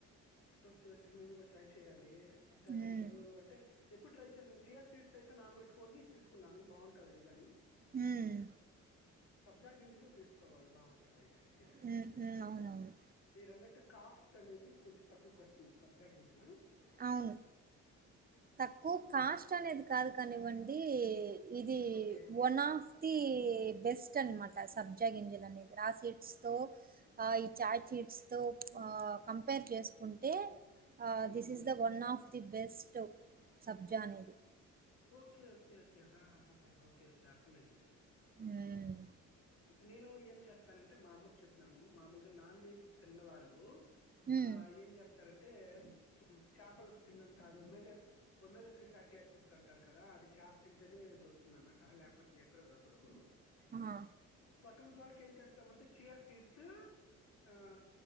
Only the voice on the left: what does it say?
ఓకే ఓకే మేము కూడా ట్రై చెయ్యాలి సబ్జా
గింజలు అంటే ఎప్పుడు ట్రై చేయలే నేను చియా సీడ్స్ అయితే నానబెట్టుకొని తీసుకున్నాను బావుంటాది అవి కానీ
సబ్జా గింజులు తీసుకోవాలి బావుంటది <unintelligible>
మీరన్నట్టు కాస్ట్ అనేది కొంచెం తక్కువకొస్తుంది సబ్జా గింజలా
ఓ-
ఓకే
ఓకే
um,
ఉమ్.
ఓకే ఓకే ఓకే హ హ ఓకే ఓకే అర్ధమయ్యింది లేండి
నేను ఏం చేస్తానంటే మా అమ్మకు చెప్పినాను మామూలుగా నాన్ వెజ్ తిన్న వాళ్ళు
ఆ ఏం చేస్ స్తారంటే చేపలకు తిన్నంత అది omega, omega three fatty acids అంటారు కదా అది చేప తింటేనే దొరుకుతుంది అన్నమాట లేకపోతే ఎక్కడా దొరకదు
సో అటువంటి వాళ్ళకి ఏం చేస్తామంటే చియా సీడ్స్. ఆ